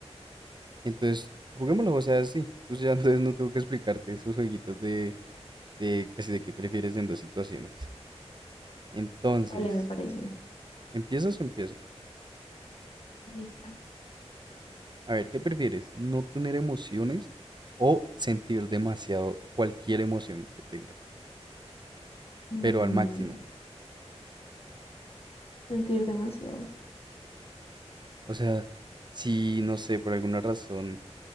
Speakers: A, on the right; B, on the left.
A: Entonces, juguémoslo, o sea, sí. Tú ya <laughs> entonces no tengo que explicarte esos jueguitos de de pues, sí, de qué prefieres en dos situaciones. Entonces,
B: vale, me parece.
A: ¿empiezas o empiezo?
B: Inicia.
A: A ver, ¿qué prefieres? ¿No tener emociones o sentir demasiado cualquier emoción que tengas,
B: Mm,
A: pero al máximo?
B: sentir demasiado.
A: O sea, si, no sé, por alguna razón,